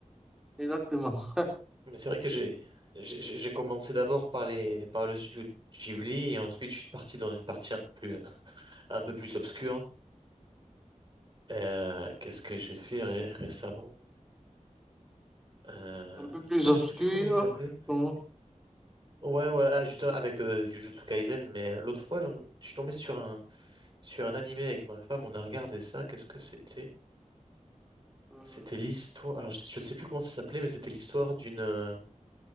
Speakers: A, in the centre; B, on the right (about 40°).
A: Exactement. <laughs>
B: Mais c'est vrai que j'ai j'ai j'ai- j'ai commencé d'abord par les par le studio Ghibli et ensuite je suis parti dans une partie un peu plus un peu plus obscure. Euh, qu'est-ce que j'ai fait ré- récemment? Euh,
A: Un peu plus
B: Ah,
A: obscur.
B: je sais plus comment il s'appelait.
A: Comment?
B: Ouais, ouais, ah, justement, avec euh, Jujutsu Kaisen, mais euh, l'autre fois, j'en- je suis tombé sur un, sur un animé avec ma femme, on a regardé ça, qu'est-ce que c'était?
A: Euh,
B: C'était l'histoire, alors je, je sais plus comment ça s'appelait, mais c'était l'histoire d'une euh,